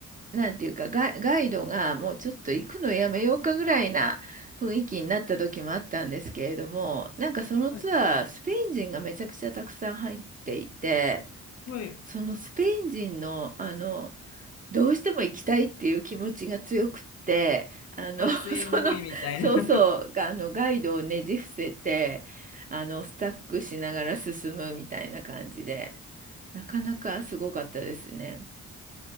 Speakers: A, on the right; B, on the left.
A: なんていうか、ガイ、ガイドがもうちょっと行くのやめようかぐらいな雰囲気になった時もあったんですけれども、なんかそのツアー、
B: ー、はい。
A: スペイン人がめちゃくちゃたくさん入っていて、
B: はい
A: そのスペイン人の、あの、どうしても行きたいっていう気持ちが強くって、あの
B: 熱い思いみたいな。
A: <laughs>、その、そうそう、あの、ガイドをねじ伏せて、あの、スタックしながら進むみたいな感じで、なかなかすごかったですね。